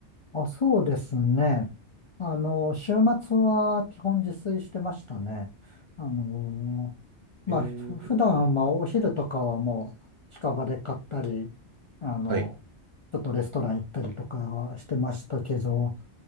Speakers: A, on the left; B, on the right.
A: あ、そうですね。あの、週末は基本自炊してましたね。あの、まあ、
B: え
A: ふ普段はまあお昼とかはもう近場で買ったり、
B: ー、
A: あの、
B: はい。
A: ちょっとレストラン行ったりとかはしてましたけど、